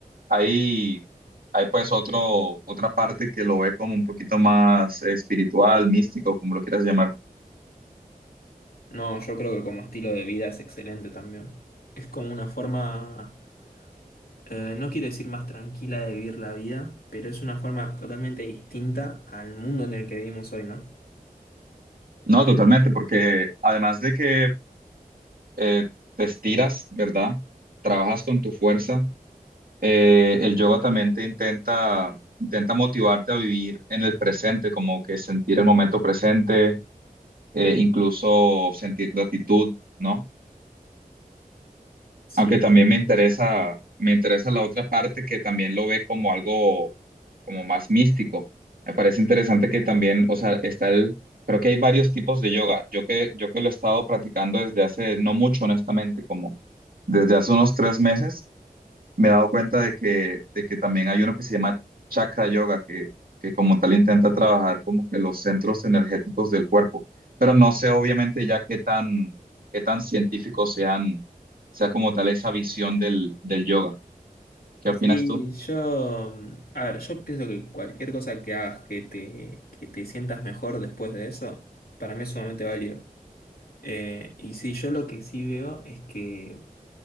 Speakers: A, on the right; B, on the left.
A: hay, hay pues otro, otra parte que lo ve como un poquito más espiritual, místico, como lo quieras llamar?
B: No, yo creo que como estilo de vida es excelente también. Es como una forma, eh, no quiero decir más tranquila de vivir la vida, pero es una forma totalmente distinta al mundo en el que vivimos hoy, ¿no?
A: No, totalmente, porque además de que eh, te estiras, ¿verdad? Trabajas con tu fuerza, eh, el yoga también te intenta, intenta motivarte a vivir en el presente, como que sentir el momento presente, eh, incluso sentir gratitud, ¿no?
B: Sí,
A: Aunque
B: totalmente.
A: también me interesa, me interesa la otra parte que también lo ve como algo como más místico. Me parece interesante que también, o sea, está el, creo que hay varios tipos de yoga. Yo que, yo que lo he estado practicando desde hace, no mucho, honestamente, como desde hace unos tres meses me he dado cuenta de que, de que también hay uno que se llama chakra yoga, que, que como tal intenta trabajar como que los centros energéticos del cuerpo, pero no sé obviamente ya qué tan, qué tan científico sean, sea como tal esa visión del, del yoga. ¿Qué opinas
B: Sí,
A: tú?
B: yo, mm, a ver, yo pienso que cualquier cosa que hagas que te, que te sientas mejor después de eso, para mí es sumamente válido. Eh, y sí, yo lo que sí veo es que